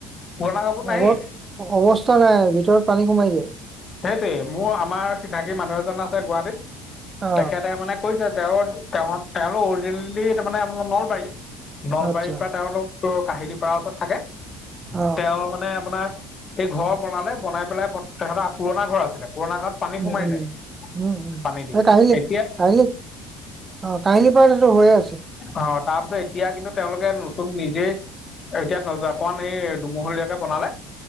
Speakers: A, on the left (about 35°); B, on the right (about 25°).
A: পুৰণা কাপোৰ নায়েই
B: উ হ অৱস্থা নাই ভিতৰত পানী সোমাই যায়।
A: সেইটোৱে মোৰ আমাৰ চিনাকি মানুহ এজন আছে গুৱাহাটীত
B: অ
A: তেখেতে মানে কৈছে তেওঁ-তেওঁলোক অৰিজিনেলি তাৰমানে নলবাৰী, নলবাৰীৰ
B: আচ্ছা
A: পৰা তেওঁলোক কাহিলী পাৰ ওচৰত থাকে
B: অ
A: তেওঁ মানে আপোনাৰ সেই ঘৰ বনালে বনাই পেলাই তেখেতৰ পুৰণা ঘৰ আছিলে পুৰণা ঘৰত পানী
B: উম,
A: সোমাই
B: উম,
A: যায়
B: উম, উম,
A: পানীটো
B: কাহিয়
A: এতিয়া
B: কাহে। অ, কাহিলি পাৰো হৈয়ে আছিল।
A: অ, তাৰপিছত এতিয়া কিন্তু তেওঁলোকে নতুন নিজেই এতিয়া নোযোৱা অকমান এই দুমহলীয়াকে বনালে